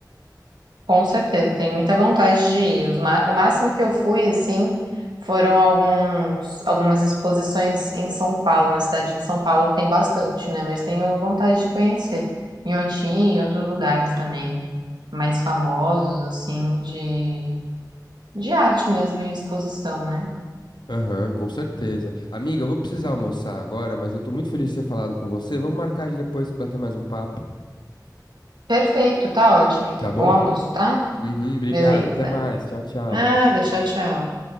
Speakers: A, on the right (about 80°); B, on the left (about 80°).
A: com certeza, tenho muita vontade de ir. Os ma- O máximo que eu fui, assim, foram alguns, algumas exposições em São Paulo, na cidade de São Paulo, que tem bastante, né? Mas tenho vontade de conhecer. Em Otim e outros lugares também, mais famosos, assim, de, de arte mesmo e exposição, né?
B: Aham, com certeza. Amiga, eu vou precisar almoçar agora, mas eu tô muito feliz de ter falado com você. Vamos marcar de depois bater mais um papo,
A: Perfeito, tá ótimo. Então,
B: tá bom?
A: bom almoço, tá?
B: Uhum, obrigado.
A: Beleza.
B: Até mais. Tchau, tchau.
A: Nada, tchau, tchau.